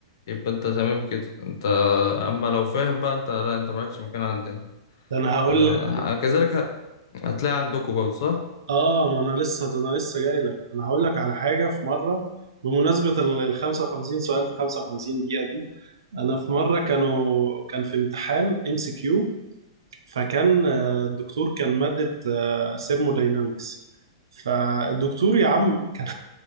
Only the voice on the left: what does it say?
يبقى انت تمام كده انت اما لو فاهم بقى انت لا انت مالكش مكان عندنا
آه
كذلك ه- هتلاقي عندكم برضه صح